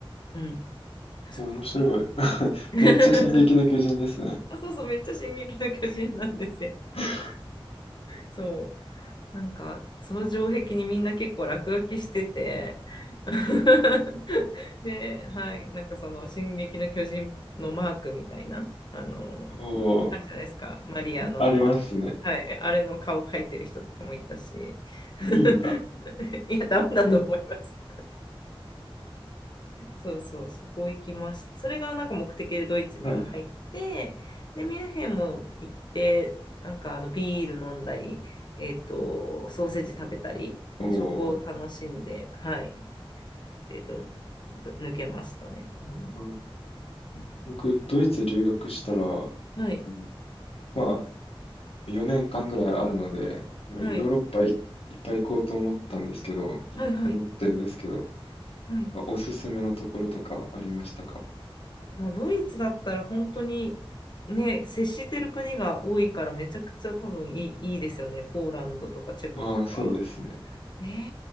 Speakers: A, on the left; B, on the left.
A: うん、確か。
B: 面白い。<laughs>
A: <laughs>
B: めっちゃ進撃の巨人ですね。
A: あ、そうそう、めっちゃ進撃の巨人なんですよ。
B: <laughs>
A: そうなんかその城壁にみんな結構落書きしてて <laughs> ではいなんかその「進撃の巨人」のマークみたいなあの
B: おお
A: あるじゃないですかマリアのあのはいあれの顔描いてる人とかもいたし
B: ありますね。
A: <laughs>
B: いいんだ。
A: いやダメだと思います
B: うん
A: そうそう、そこ行きました。それがなんか目的でドイツには入って、
B: はい。
A: で、ミュンヘンも行って、なんかあのビール飲んだり、えっと、ソーセージ食べたり、
B: おお
A: 食を楽しんで、はい、えっと、抜けましたね。うん
B: あの
A: うん
B: 僕、ドイツ留学したら、
A: はい、
B: うんまあ、4年間ぐらいあるので、ヨーロッパい、
A: はい、
B: いっぱい行こうと思ったんですけど、い思ってるんですけど、
A: はい、はい、はい。
B: おすすめのところとかありましたか
A: もうドイツだったら本当にね、接してる国が多いからめちゃくちゃ多分いい、いいですよね。ポーランドとかチェコとか。
B: ああー、そうですね。
A: ね